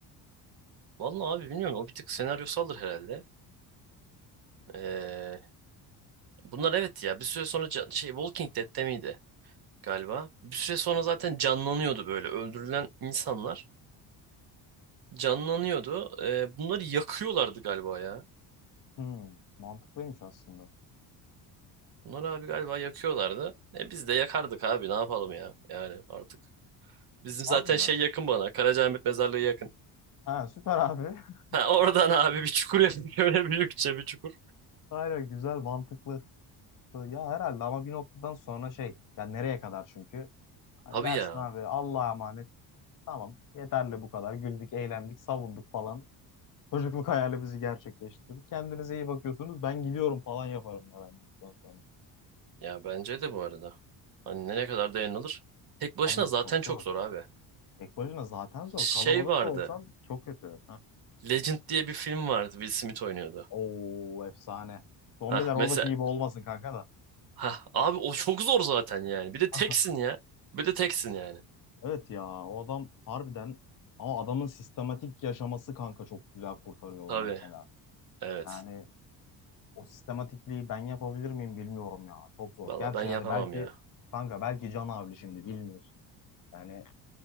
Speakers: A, on the right (about 55°); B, on the left (about 45°).
A: Vallahi abi bilmiyorum o bir tık senaryosaldır herhalde. Ee, bunlar evet ya bir süre sonra can- şey Walking Dead'te miydi galiba? Bir süre sonra zaten canlanıyordu böyle öldürülen insanlar. Canlanıyordu. Ee, bunları yakıyorlardı galiba ya.
B: Hmm, mantıklıymış aslında.
A: Bunları abi galiba yakıyorlardı. E biz de yakardık abi ne yapalım ya. Yani artık. Bizim
B: Harbi
A: zaten
B: ya.
A: şey yakın bana. Karacaahmet mezarlığı yakın.
B: Ha, süper abi. <laughs>
A: Ha, <laughs> oradan abi bir çukur yaptık. <laughs> Öyle büyükçe bir çukur.
B: Aynen güzel, mantıklı. Ya herhalde ama bir noktadan sonra şey, yani nereye kadar çünkü? Hani
A: Abi
B: dersin
A: ya.
B: abi Allah'a emanet. Tamam, yeterli bu kadar. Güldük, eğlendik, savunduk falan. Çocukluk hayalimizi gerçekleştirdik. Kendinize iyi bakıyorsunuz. Ben gidiyorum falan yaparım ya ben bundan sonra.
A: Ya bence de bu arada. Hani ne kadar dayanılır? Tek başına
B: Abi
A: zaten
B: çok
A: çok
B: zor.
A: zor abi.
B: Tek başına zaten zor. Kalabalık
A: Şey vardı.
B: da olsan çok kötü. Heh.
A: Legend diye bir film vardı. Will Smith oynuyordu.
B: Oo efsane. Zombiler
A: Ha
B: oradaki
A: mesela.
B: gibi olmasın kanka da.
A: Ha abi o çok zor zaten yani. Bir de teksin
B: <laughs>
A: ya. Bir de teksin yani.
B: Evet ya o adam harbiden ama adamın sistematik yaşaması kanka çok güzel kurtarıyor onu
A: Tabii.
B: mesela.
A: Evet.
B: Yani o sistematikliği ben yapabilir miyim bilmiyorum ya. Çok zor.
A: Valla
B: Gerçi
A: ben yapamam
B: yani belki
A: ya.
B: kanka belki Can Avli şimdi bilmiyorsun. Yani